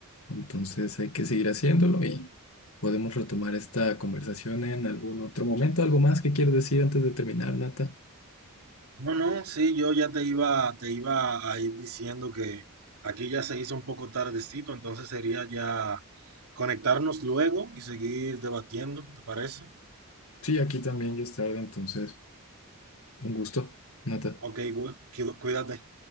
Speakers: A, on the left; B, on the right.
A: Entonces hay que seguir haciéndolo y podemos retomar esta conversación en algún otro momento. ¿Algo más que quieres decir antes de terminar, Nata?
B: No, no, sí, yo ya te iba, te iba a ir diciendo que aquí ya se hizo un poco tardecito, entonces sería ya conectarnos luego y seguir debatiendo, ¿te parece?
A: Sí, aquí también ya es tarde, entonces un gusto, Nata.
B: Ok, güey, cuídate.